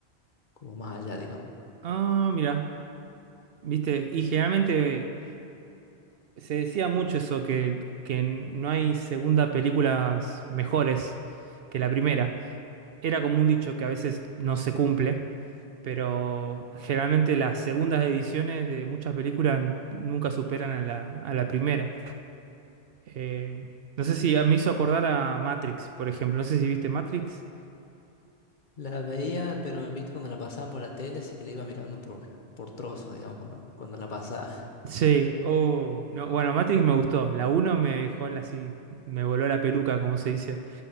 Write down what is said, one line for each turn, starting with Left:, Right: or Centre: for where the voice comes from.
Left: como más allá, digamos.
Right: ah, mirá, viste, y generalmente se decía mucho eso, que, que no hay segunda películas mejores que la primera. Era como un dicho que a veces no se cumple, pero generalmente las segundas ediciones de muchas películas nunca superan a la, a la primera. Eh, no sé si ah, me hizo acordar a Matrix, por ejemplo. No sé si viste Matrix.
Left: La veía, pero viste cuando la pasaban por la tele, así que la iba mirando por, por trozos, digamos, cuando, cuando la pasaba. <laughs>
Right: Sí, oh, no, bueno, Matrix me gustó. La uno me dejó la- así, me voló la peluca, como se dice.